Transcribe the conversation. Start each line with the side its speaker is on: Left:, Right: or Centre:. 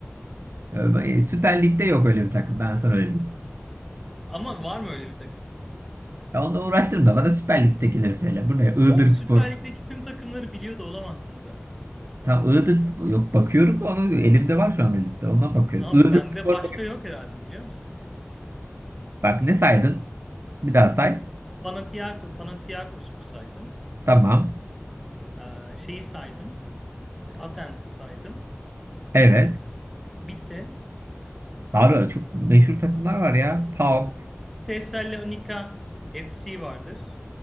Right: Ee, Süper Lig'de yok öyle bir takım. Ben sana öyle diyeyim.
Centre: Ama var mı öyle bir takım?
Right: Ya onunla uğraştırma. Bana Süper Lig'dekileri söyle. Bu ne? Iğdırspor.
Centre: Oğlum Süper Lig'deki tüm takımları biliyor da olamazsın zaten.
Right: Tam Iğdırspor. Yok bakıyorum da onu elimde var şu anda liste. Ondan bakıyorum.
Centre: Tamam
Right: Iğdırspor.
Centre: mı? bende başka yok herhalde biliyor musun?
Right: Bak ne saydın? Bir daha say.
Centre: Panathinaiko- Panathinaikos'u saydım.
Right: Tamam.
Centre: Ee, şeyi saydım. Athens'i saydım.
Right: Evet.
Centre: Bitti.
Right: Var ya, çok meşhur takımlar var ya. PAOK.
Centre: Thessalonica FC vardır.